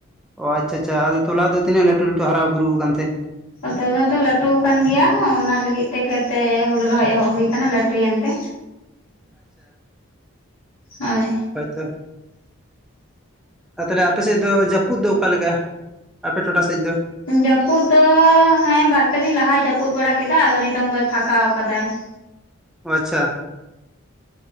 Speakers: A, in the centre; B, on the left.
A: ᱚ ᱟᱪᱪᱷᱟ ᱟᱪᱷᱟ ᱟᱫᱚ ᱛᱚᱞᱟ ᱛᱤᱱᱟᱹᱜ ᱞᱟᱴᱩ ᱞᱟᱴᱩ ᱦᱟᱨᱟ ᱵᱩᱨᱩ ᱟᱠᱟᱱᱛᱮ
B: ᱛᱚᱞᱟ ᱫᱚ ᱞᱟᱹᱴᱩᱣ ᱟᱠᱟᱱ ᱜᱮᱭᱟ ᱚᱱᱟ ᱞᱟᱹᱜᱤᱫ ᱛᱮ ᱠᱷᱮᱛ ᱛᱮ ᱦᱩᱲᱩ ᱨᱚᱦᱚᱭ ᱮᱦᱚᱵ ᱦᱩᱭ ᱟᱠᱟᱱᱟ ᱞᱟᱴᱩᱭᱮᱱ ᱛᱮ ᱦᱚᱭ
A: ᱦᱳᱭᱛᱳ ᱟᱨ ᱛᱟᱦᱚᱞᱮ ᱟᱯᱮ ᱥᱮᱫ ᱫᱚ ᱡᱟᱹᱯᱩᱫ ᱫᱚ ᱚᱠᱟ ᱞᱮᱠᱟ ᱟᱯᱮ ᱴᱚᱴᱷᱟ ᱥᱮᱫ ᱫᱚ
B: ᱡᱟᱹᱯᱩᱫ ᱫᱚ ᱦᱮᱸ ᱵᱟᱨᱯᱮ ᱫᱤᱱ ᱞᱟᱦᱟᱭ ᱡᱟᱹᱯᱩᱫ ᱵᱟᱲᱟ ᱠᱮᱫᱟ ᱟᱫᱚ ᱱᱤᱛᱚᱝ ᱫᱚᱭ ᱯᱷᱟᱠᱟᱣ ᱟᱠᱟ ᱫᱟᱭ <inaudible>
A: ᱚ ᱟᱪ ᱪᱷᱟ